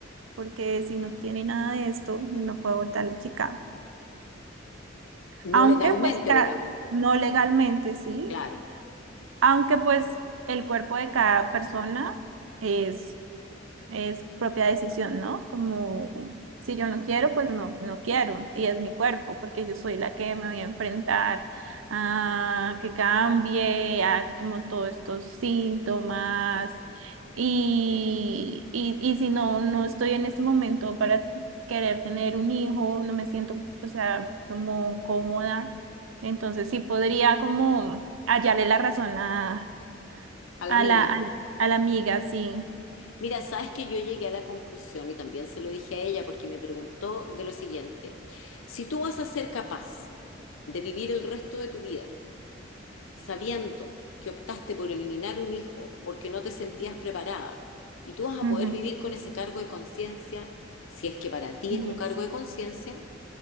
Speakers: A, on the right (about 85°); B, on the left (about 85°).
A: porque si no tiene nada de esto, no puede abortar la chica. Aunque,
B: No legalmente,
A: pues, ca-
B: digamos,
A: no legalmente, sí,
B: claro,
A: Aunque pues el cuerpo de cada persona es, es propia decisión, ¿no? Como si yo no quiero, pues no, no quiero. Y es mi cuerpo, porque yo soy la que me voy a enfrentar a que cambie, a como todos estos síntomas. Y,
B: eh,
A: y, y si no, no estoy en este momento para querer tener un hijo, no me siento, o sea, como cómoda. Entonces sí podría como hallarle la razón a,
B: a
A: a
B: la amiga.
A: la, a la a la amiga, sí.
B: Mira, sabes que yo llegué a la conclusión y también se lo dije a ella porque me preguntó de lo siguiente, si tú vas a ser capaz de vivir el resto de tu vida, sabiendo que optaste por eliminar un hijo porque no te sentías preparada y tú vas a
A: Ujú.
B: poder vivir con ese cargo de conciencia, si es que para ti
A: Yes.
B: es un cargo de conciencia,